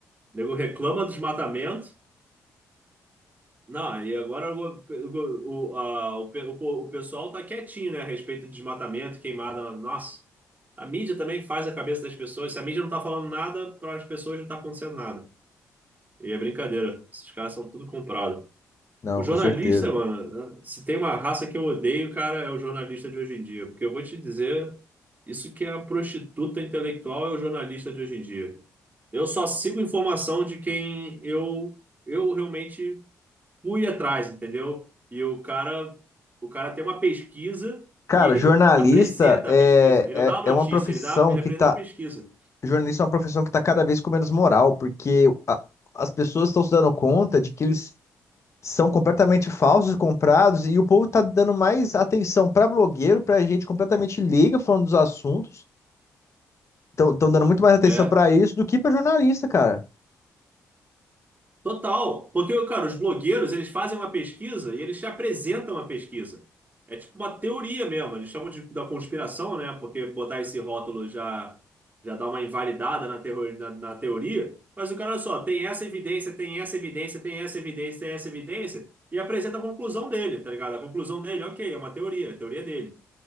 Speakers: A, on the right; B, on the left.
A: O nego reclama dos desmatamento, Não, e agora o, o, o, a- o pe- o po- o pessoal tá quietinho, né, a respeito de desmatamento, queimada. Nossa, a mídia também faz a cabeça das pessoas. Se a mídia não tá falando nada, para as pessoas não tá acontecendo nada. E é brincadeira. Esses caras são tudo comprado.
B: Não,
A: O jornalista,
B: com certeza.
A: mano, se tem uma raça que eu odeio, cara, é o jornalista de hoje em dia. Porque eu vou te dizer, isso que é a prostituta intelectual é o jornalista de hoje em dia. Eu só sigo informação de quem eu, eu realmente fui atrás, entendeu? E o cara, o cara tem uma pesquisa
B: Cara,
A: e ele
B: jornalista
A: apresenta
B: é,
A: a pesquisa. Ele não dá a
B: é,
A: notícia,
B: é uma profissão
A: ele dá, ele
B: que
A: apresenta
B: tá.
A: a pesquisa.
B: Jornalista é uma profissão que tá cada vez com menos moral, porque a- as pessoas estão se dando conta de que eles são completamente falsos, comprados, e o povo tá dando mais atenção pra blogueiro, pra gente completamente liga falando dos assuntos. Estão dando muito mais atenção
A: É.
B: pra isso do que pra jornalista, cara.
A: Total, porque, cara, os blogueiros, eles fazem uma pesquisa e eles te apresentam a pesquisa. É tipo uma teoria mesmo, eles chamam de, da conspiração, né? Porque botar esse rótulo já, já dá uma invalidada na, terro- na, na teoria. Mas o cara, olha só, tem essa evidência, tem essa evidência, tem essa evidência, tem essa evidência, e apresenta a conclusão dele, tá ligado? A conclusão dele, ok, é uma teoria, é a teoria dele.